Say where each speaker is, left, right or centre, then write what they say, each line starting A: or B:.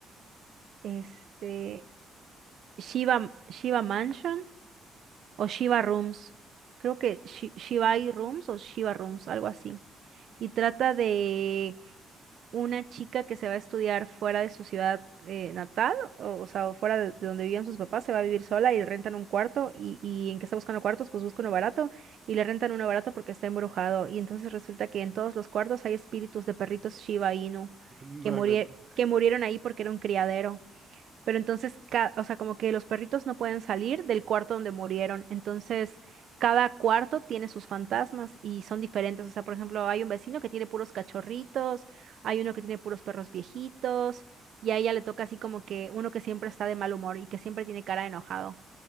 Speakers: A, on the right (about 65°); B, on the right (about 30°).
A: este, Shiba, Shiba Mansion. O Shiva Rooms. Creo que Shi- Shibai Rooms o Shiva Rooms, algo así. Y trata de una chica que se va a estudiar fuera de su ciudad eh, natal, o, o sea, o fuera de de donde vivían sus papás, se va a vivir sola y le rentan un cuarto y, y en que está buscando cuartos, pues busca uno barato y le rentan uno barato porque está embrujado. Y entonces resulta que en todos los cuartos hay espíritus de perritos Shiba Inu
B: <laughs> No
A: que murie-
B: inventes.
A: que murieron ahí porque era un criadero. Pero entonces, ca- o sea, como que los perritos no pueden salir del cuarto donde murieron. Entonces, cada cuarto tiene sus fantasmas y son diferentes. O sea, por ejemplo, hay un vecino que tiene puros cachorritos, hay uno que tiene puros perros viejitos, y a ella le toca así como que uno que siempre está de mal humor y que siempre tiene cara de enojado.